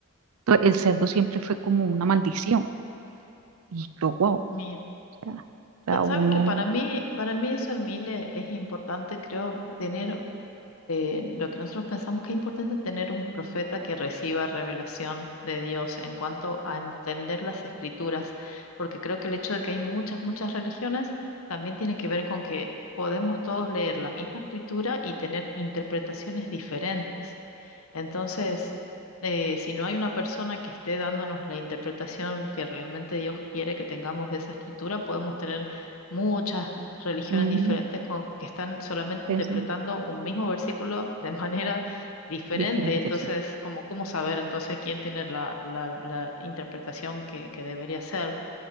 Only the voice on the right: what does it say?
Entonces, el cerdo siempre fue como una maldición. Y yo, wow, o
sea, o sea,
uno,
mm,
pensé,
mira,
diferente,
sí.